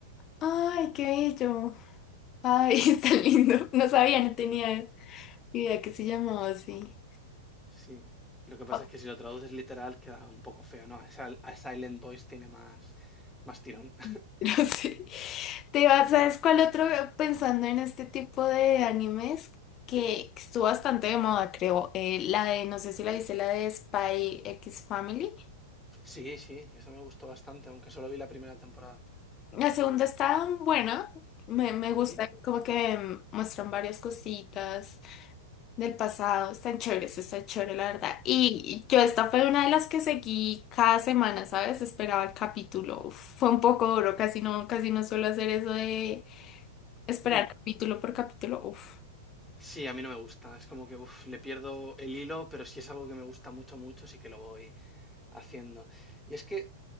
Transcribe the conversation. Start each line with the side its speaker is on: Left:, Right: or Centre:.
Left: Ay, qué bello. Ay, <laughs> está lindo. No sabía, no tenía Mira que se llamaba así.
Centre: Sí. Lo que pasa
Left: Ah,
Centre: es que si lo traduces literal queda un poco feo, ¿no? A Sil- a Silent Voice tiene más, más tirón. <laughs>
Left: <laughs> No sé. Te iba, ¿sabes cuál otro? Pensando en este tipo de animes que estuvo bastante de moda, creo. Eh, la de, no sé si la viste, la de Spy X Family.
Centre: Sí, sí, eso me gustó bastante, aunque solo vi la primera temporada.
Left: La segunda está buena. Me, me gusta,
Centre: Ujú.
Left: como que mm, muestran varias cositas del pasado. Están chéveres, está chévere, la verdad. Y yo esta fue una de las que seguí cada semana, ¿sabes? Esperaba el capítulo. Uf, fue un poco duro, casi no, casi no suelo hacer eso de Esperar
Centre: Hmm.
Left: capítulo por capítulo, uff.
Centre: Sí, a mí no me gusta. Es como que uf, le pierdo el hilo, pero si es algo que me gusta mucho, mucho, sí que lo voy haciendo. Y es que,